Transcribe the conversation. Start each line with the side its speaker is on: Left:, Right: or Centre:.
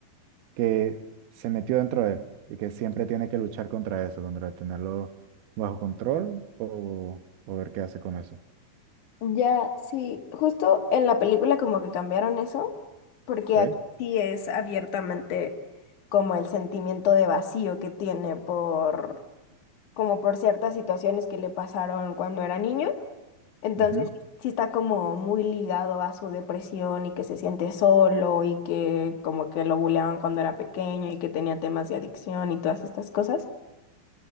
Right: que se metió dentro de él y que siempre tiene que luchar contra eso, contra tenerlo bajo control o, o ver qué hace con eso.
Left: Ya, sí, justo en la película como que cambiaron eso, porque
Right: ¿Ok?
Left: aquí sí es abiertamente como el sentimiento de vacío que tiene por, como por ciertas situaciones que le pasaron cuando era niño. Entonces,
Right: Ujú,
Left: sí sí está como muy ligado a su depresión y que se siente solo y que como que lo buleaban cuando era pequeño y que tenía temas de adicción y todas estas cosas.